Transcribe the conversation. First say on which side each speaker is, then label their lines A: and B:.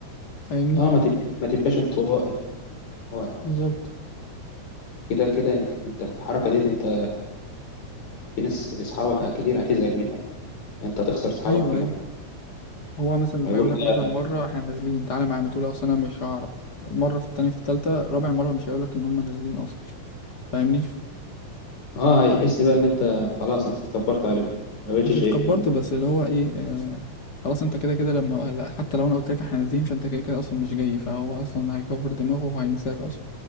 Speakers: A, on the left (about 40°); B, on the left (about 70°).
A: فاهمني
B: آه ما تب- ما تبقاش انطوائي هو
A: بالظبط
B: كده كده انت انت الحركه ديت انت في ناس اصحابك كتير هتزعج منك انت هتخسر اصحابك
A: ايوه
B: فيها
A: ايوه هو مثلا لما
B: هيقول
A: يقول لك مثلا
B: ده
A: مره احنا نازلين تعالى معانا تقول له اصل انا مش هعرف مره في التانية في التالتة رابع مره مش هيقول لك ان هم نازلين اصلا فاهمني
B: اه هيحس بقى ان انت خلاص انت اتكبرت عليهم ما بقتش
A: مش اتكبرت
B: شايفهم
A: بس اللي هو ايه آه خلاص انت كده كده لما لا، حتى لو انا قلت لك احنا نازلين فانت كده كده اصلا مش جاي فهو اصلا هيكبر دماغه وهينساك اصلا